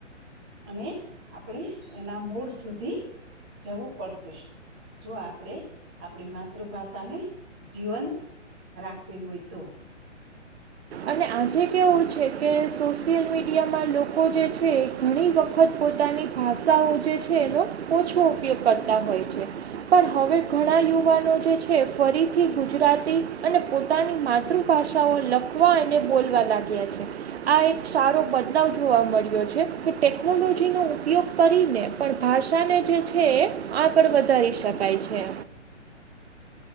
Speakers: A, in the centre; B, on the right (about 60°).
A: અને આપણે એના મૂળ સુધી જવું પડશે જો આપણેે આપણી માતૃભાષાને જીવંત રાખવી હોય તો.
B: અને આજે કેવું છે કે સોશિયલ મીડિયામાં લોકો જે છે. ઘણી વખત પોતાની ભાષાઓ જે છે એનો ઓછો ઉપયોગ કરતા હોય છે. પણ હવે ઘણા યુવાનો જે છે ફરીથી ગુજરાતી અને પોતાની માતૃ ભાષાઓ લખવા અને બોલવા લાગ્યા છે. આ એક સારો બદલાવ જોવા મળ્યો છે કે ટેકનોલોજીનો ઉપયોગ કરીને પણ ભાષાને જે છે એ આગળ વધારી શકાય છે.